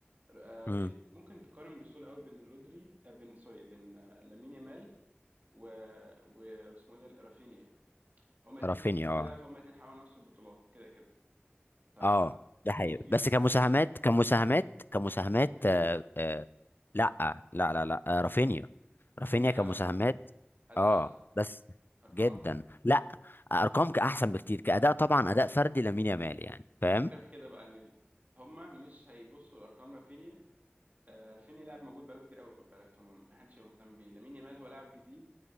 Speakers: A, on the right; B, on the left.
A: آه،
B: امم
A: في ممكن تقارن بسهوله قوي بين رودري آه، بين سوري بين آه، لامين يامال و... و... واسمه ايه ده رافينيا هما الاثنين
B: رافينيا
A: في نفس الفرقه
B: اه
A: فهما الاثنين حاولوا نفس البطولات كده كده فمين
B: اه ده حقيقي
A: فيهم
B: بس كمساهمات
A: لو
B: كمساهمات كمساهمات
A: لامين
B: آه آه لا لا لا لا آه رافينيا رافينيا
A: رافينيا
B: كمساهمات
A: آه، اداء
B: اه
A: احسن
B: بس
A: ارقام
B: جدا
A: احسن
B: لا ارقام كاحسن بكتير كاداء طبعا اداء فردي لامين يامال يعني فاهم
A: الفكره في كده بقى ان ال- هما مش هيبصوا لارقام رافينيا آه، رافينيا لاعب موجود بقاله كتير قوي خد بالك فمحدش هيبقى مهتم بيه لامين يامال هو لاعب جديد